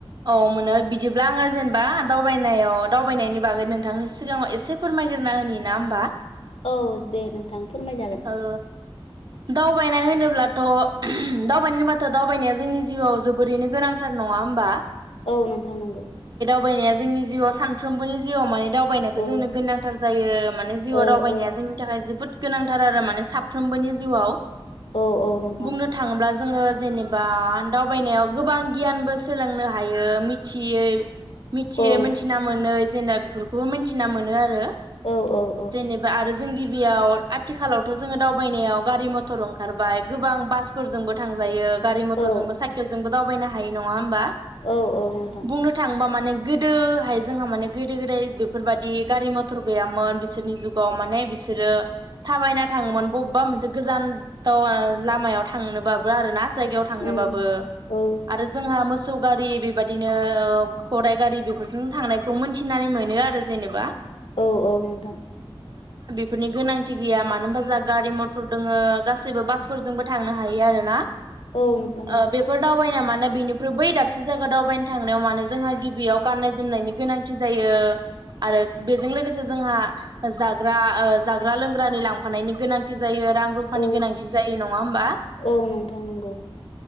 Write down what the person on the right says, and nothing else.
औ मोनो बिदिब्ला आङो जेनेबा दावबायनायाव दावबायनायनि बागै नोंथांनि सिगाङाव एसे फोरमायग्रोनना होनि ना होमबा
ओ दावबायनाय होनोब्लाथ' दावबायनो होनबाथ' दावबायनाया जोंनि जिउआव जोबोरैनो गोनांथार नङा होमबा।
नाया जोंनि जिउआव सानफ्रोमबोनि जिउआव माने दाव दावबायनायखौ
जोंनो गोनांथार जायो माने जिउआव
दावबायनाया
जोंनि थाखाय जोबोद गोनांथार आरो माने साफ्रोमबोनि जिउआव
बुंनो थाङोब्ला जोङो जेनेबा दावबायनायाव गोबां गियानबो सोलोंनो हा हायो मिथियै मिथियै
मिथिना मोनै जेनेबा बेफोरखौबो मिथिना मोनो आरो
जेनेबा आरो जोंनि बेयाव आथिखालावथ' जोङो दावबायनायाव गारि मथर ओंखारबाय गोबां बासफोरजोंबो थांजायो। गारि मथरजोंबो
साइकेलजोंबो दावबायनो हायो नङा होमबा
बुंनो थांङोबा माने गोदोहाय जोंहा माने गोदो गोदाय बेफोरबायदि गारि मथर गैयामोन बिसोरनि जुगाव माने बिसोरो थाबायना थाङोमोन बबेबा मोनसे गोजानदाव लामायाव थांनोबाबो आरोना। जायगायाव थांनो
बाबो
आरो जोंहा मोस सौगारि बेबायदिनो ओ धराइ गारि बेफोरजों थांनायखौ मोनथिनानै मोनो आरो जेनेबा।
फोरनि गोनांथि गैया मानो होनबा जोंहा गारि मथर दोङो गासैबो बासफोरजोंबो थांनो हायो आरोना।
ओ
बेफोर दावबायनायाव माने बेनिफ्रु बै दाबसे जायगा दावबायनो थांनायाव मानो जोंहा गिबियाव गाननाय जोमनायनि गोनांथि जायो। आरो बेजों लोगोसे जोंहा जाग्रा ओ जाग्रा लोंग्रानि लांफानायनि गोनांथि जों जायो रां रुफानि
गोनांथि जायो नङा होमबा?